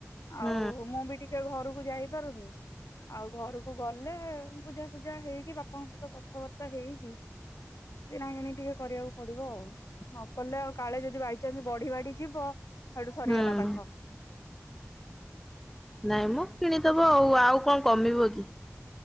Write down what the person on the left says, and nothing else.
ଆଉ ମୁଁ ବି ଟିକେ ଘରକୁ ଯାଇପାରୁନି। ଆଉ ଘରକୁ ଗଲେ ବୁଝାସୁଝା ହେଇକି ବାପାଙ୍କ ସହିତ କଥାବାର୍ତ୍ତା ହେଇକି। କିଣାକିଣି ଟିକେ କରିବାକୁ ପଡିବ ଆଉ ନକଲେ ଆଉ କାଳେ ଯଦି ବାଇଚାନ୍ସ ବଢି ବାଢି ଯିବ ହେଠୁ ସରିଗଲା
ପାଠ।